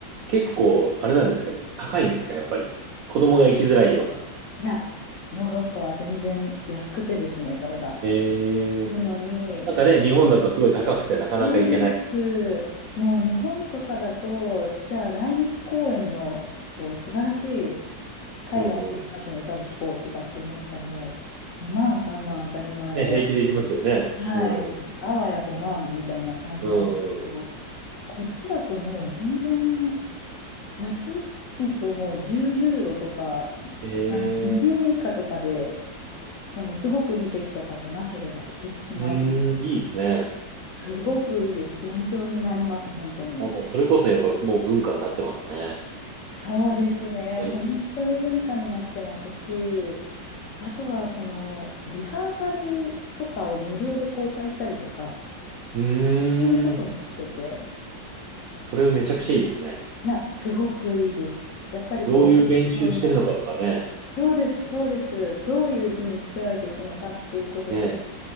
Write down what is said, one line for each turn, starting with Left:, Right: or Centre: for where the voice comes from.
Right: 結構、あれなんですかね。高いんですか、やっぱり。子供が行きづらいような。
Left: いや、ヨーロッパは全然安くてですね、それが。
Right: ええ
Left: 行くのに、
Right: なんかね、日本だとすごい高くてなかなか行けない。
Left: そうです。もう日本とかだと、じゃあ来日公演のこう素晴らしい海外の歌手の歌を聴こうとかって思ったらもう2万3万当たり前
Right: うんうん。ね、平気で行きますよね。
Left: はい、
Right: うん。
Left: あわや5万みたいな感じなんですけど、
Right: うんうん
Left: こっちだともう全然安いともう10ユーロとか、
Right: ええ
Left: なん2000円以下とかで、そのすごくいい席とかじゃなければ聞けてしまう。
Right: うーん、いいですね。
Left: すごくいいです。勉強になります、本当に。
Right: あ、もう、それこそやっぱもう文化になってますね。
Left: そうですね。
Right: ええ
Left: 本当に文化になってますし、あとはそのリハーサルとかを無料で公開したりとか、
Right: うーん、
Left: そういうこともしてて、
Right: それめちゃくちゃいいですね。
Left: いや、すごくいいです。やっぱりこう、
Right: どういう練習してるのかとかね。
Left: 勉強になる。そうです、そうです。どういうふうに作られていくのかっていうことに、
Right: ね。